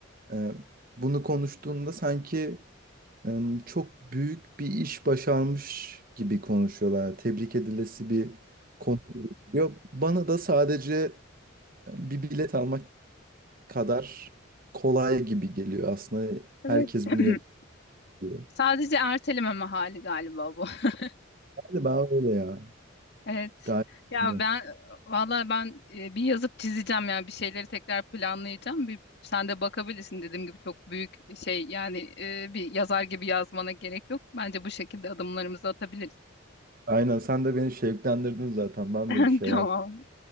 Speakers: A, on the right; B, on the left.
A: e, bunu konuştuğunda sanki e, çok büyük bir iş başarmış gibi konuşuyorlar. Tebrik edilesi bir konu. Yok, bana da sadece e, bir bilet almak kadar kolay gibi geliyor aslında.
B: Evet.
A: Herkes
B: <clears throat>
A: bunu yapıyor.
B: Sadece ertelememe hali galiba bu. <laughs>
A: Galiba öyle ya.
B: Evet.
A: Galiba
B: Ya
A: öyle.
B: ben valla ben e, bir yazıp çizeceğim yani bir şeyleri tekrar planlayacağım. Bir sen de bakabilirsin dediğim gibi çok büyük şey yani e, bir yazar gibi yazmana gerek yok. Bence bu şekilde adımlarımızı atabiliriz.
A: Aynen sen de beni şevklendirdin zaten. Ben
B: <laughs>
A: de bir şeyler
B: Tamam.